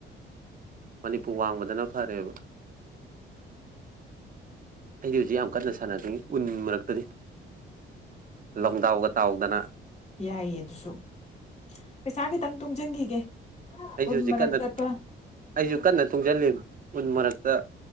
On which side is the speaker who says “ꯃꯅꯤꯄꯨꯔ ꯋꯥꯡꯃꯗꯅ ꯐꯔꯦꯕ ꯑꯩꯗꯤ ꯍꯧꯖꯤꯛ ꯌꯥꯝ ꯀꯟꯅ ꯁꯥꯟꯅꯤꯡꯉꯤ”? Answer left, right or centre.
Right